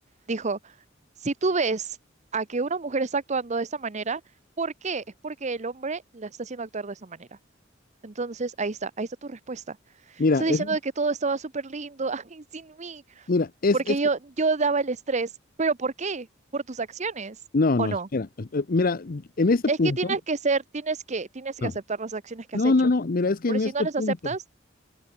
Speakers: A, on the right (about 35°); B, on the left (about 45°).
A: Dijo, si tú ves a que una mujer está actuando de esta manera, ¿por qué? Es porque el hombre la está haciendo actuar de esa manera. Entonces, ahí está, ahí está tu respuesta.
B: mira,
A: Estás
B: es,
A: diciendo de que todo estaba súper lindo, <laughs> ay, sin mí,
B: mira, es,
A: porque
B: es,
A: yo, yo daba el estrés. ¿Pero por qué? ¿Por tus acciones?
B: no,
A: ¿O
B: no,
A: no?
B: espera, eh, mira, en este
A: Es
B: punto...
A: que tienes que ser, tienes que, tienes
B: no.
A: que aceptar las acciones que
B: No,
A: has hecho.
B: no, no, mira, es que
A: Porque
B: en este
A: si no las
B: punto,
A: aceptas,